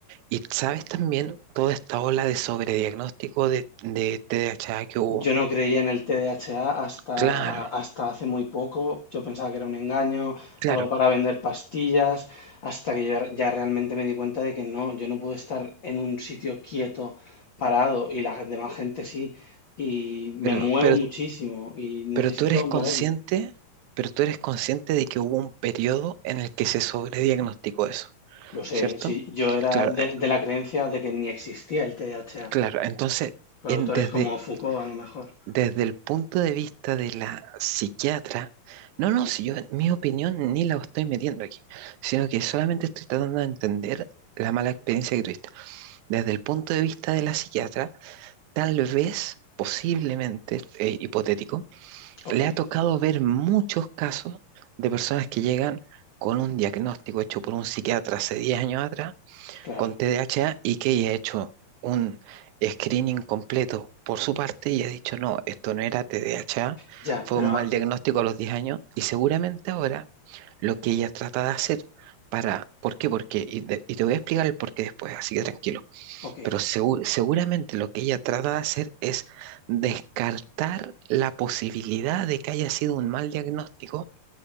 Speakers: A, on the right (about 80°); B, on the left (about 45°).
A: y sabes también toda esta ola de sobrediagnóstico de, de TDAH que hubo.
B: Yo no creía en el TDAH hasta,
A: Claro,
B: hasta hace muy poco. Yo pensaba que era un engaño,
A: claro,
B: algo para vender pastillas, hasta que ya, ya realmente me di cuenta de que no, yo no puedo estar en un sitio quieto, parado, y la demás gente sí. Y me
A: pero,
B: muevo
A: pero
B: muchísimo y necesito
A: Pero tú eres consciente,
B: moverme.
A: pero tú eres consciente de que hubo un periodo en el que se sobrediagnosticó eso,
B: Lo sé,
A: ¿cierto?
B: sí, yo era
A: Claro,
B: de,
A: eh,
B: de la creencia de que ni existía el TDAH,
A: claro. Entonces,
B: por
A: en-
B: autores
A: desde,
B: como Foucault a lo mejor.
A: desde el punto de vista de la psiquiatra, no, no, si yo, mi opinión ni la estoy metiendo aquí, sino que solamente estoy tratando de entender la mala experiencia que tuviste. Desde el punto de vista de la psiquiatra, tal vez, posiblemente, eh, hipotético,
B: Ok,
A: le ha tocado ver muchos casos de personas que llegan con un diagnóstico hecho por un psiquiatra hace 10 años atrás
B: claro.
A: con TDAH y que ella ha hecho un screening completo por su parte y ha dicho, no, esto no era TDAH,
B: Ya,
A: fue
B: pero...
A: un mal
B: ah,
A: diagnóstico a los 10 años y seguramente ahora lo que ella trata de hacer para, ¿por qué? Porque, y, de- y te voy a explicar el por qué después, así que tranquilo.
B: ok.
A: Pero segu- seguramente lo que ella trata de hacer es descartar la posibilidad de que haya sido un mal diagnóstico